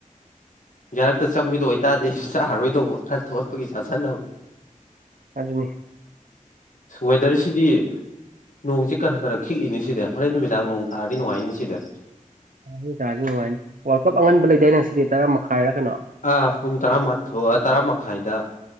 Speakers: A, on the left (about 65°); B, on the right (about 75°).
A: ꯌꯥꯔꯛꯇ ꯆꯪꯕꯤꯗ ꯑꯣꯏꯇꯥꯔꯗꯤ ꯑꯩꯁꯨ ꯆꯥꯔꯔꯣꯏꯗꯧꯕ ꯈꯔ ꯊꯣꯠ ꯄꯒꯤ ꯆꯥꯁꯤꯜꯕ
B: ꯑꯗꯨꯅꯤ
A: ꯋꯦꯗꯔꯁꯤꯗꯤ ꯅꯣꯡꯁꯤ ꯈꯔ ꯈꯔ ꯈꯤꯛꯏꯅꯤ ꯁꯤꯗ ꯍꯣꯔꯦꯟ ꯅꯨꯃꯤꯗꯥꯡ ꯅꯣꯡ ꯇꯥꯔꯗꯤ ꯅꯨꯡꯉꯥꯏꯅꯤ ꯁꯤꯗ
B: ꯅꯨꯡꯉꯥꯏꯅꯤ ꯋꯥꯔꯜ ꯀꯞ ꯑꯉꯟꯕ ꯂꯩꯗꯥꯏꯅꯦ ꯉꯁꯤꯗꯤ ꯇꯔꯥ ꯃꯈꯥꯏꯔꯥ ꯀꯩꯅꯣ
A: ꯑ ꯄꯨꯡ ꯇꯔꯥꯃꯊ ꯇꯔꯥ ꯃꯈꯥꯏꯗ